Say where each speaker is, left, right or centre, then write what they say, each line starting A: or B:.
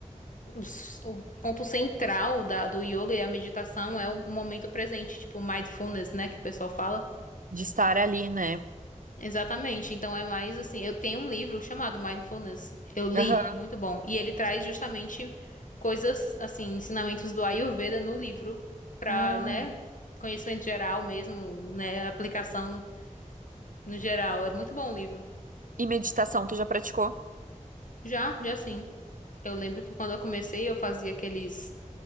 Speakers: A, on the left; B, on the right.
A: o s- o ponto central da, do yoga e a meditação é o momento presente, tipo mindfulness, né, que o pessoal fala.
B: De estar ali, né?
A: Exatamente. Então é mais assim, eu tenho um livro chamado Mindfulness. Eu li,
B: Aham.
A: muito bom. E ele traz justamente coisas assim, ensinamentos do Ayurveda no livro para,
B: Ah,
A: né, conhecimento geral mesmo, né, aplicação no geral. É muito bom o livro.
B: e meditação, tu já praticou?
A: Já, já sim. Eu lembro que quando eu comecei, eu fazia aqueles